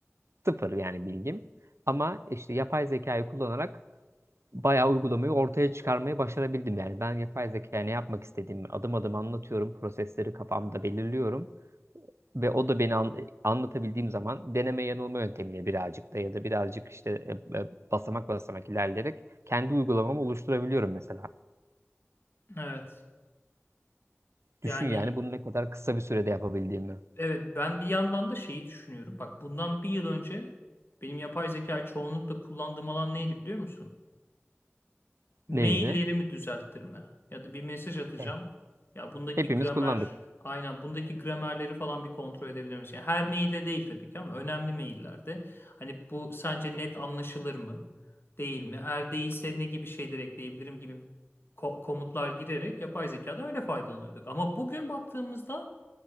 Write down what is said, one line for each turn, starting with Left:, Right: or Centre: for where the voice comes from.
Right: Sıfır yani bilgim. Ama işte yapay zekayı kullanarak bayağı uygulamayı ortaya çıkarmayı başarabildim. Yani ben yapay zekaya ne yapmak istediğimi adım adım anlatıyorum. Prosesleri kafamda belirliyorum. Ve o da beni an- anlatabildiğim zaman deneme yanılma yöntemiyle birazcık da ya da birazcık işte e, e, basamak basamak ilerleyerek kendi uygulamamı oluşturabiliyorum mesela.
Left: Evet.
Right: Düşün
Left: Yani
Right: yani bunu ne kadar kısa bir sürede yapabildiğimi.
Left: evet ben bir yandan da şeyi düşünüyorum. Bak bundan bir yıl önce benim yapay zeka çoğunlukla kullandığım alan neydi biliyor musun? maillerimi
Right: Neyini?
Left: düzelttirme ya da bir mesaj atacağım.
Right: E,
Left: Ya bundaki
Right: Hepimiz
Left: gramer
Right: kullandık.
Left: aynen bundaki gramerleri falan bir kontrol edebilir misin? Yani her mailde değil tabii ki ama önemli maillerde. Hani bu sence net anlaşılır mı? Değil mi? Eğer değilse ne gibi şeyler ekleyebilirim gibi ko- komutlar girerek yapay zekadan öyle faydalanıyorduk. Ama bugün baktığımızda